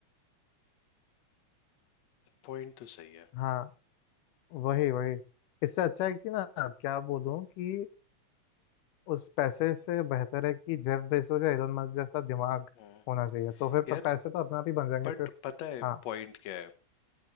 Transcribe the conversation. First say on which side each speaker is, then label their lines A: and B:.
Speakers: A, on the left; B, on the left.
A: पॉइंट तो सही है
B: हाँ वही वही इससे अच्छा है कि ना क्या बोलूं कि उस पैसे से बेहतर है कि जेफ बेजोस या एलन मस्क जैसा दिमाग
A: हम्म,
B: होना चाहिए तो फिर प-
A: यार
B: पैसे तो अपने आप ही बन जाएंगे
A: बट
B: फिर
A: पता है
B: हाँ
A: पॉइंट क्या है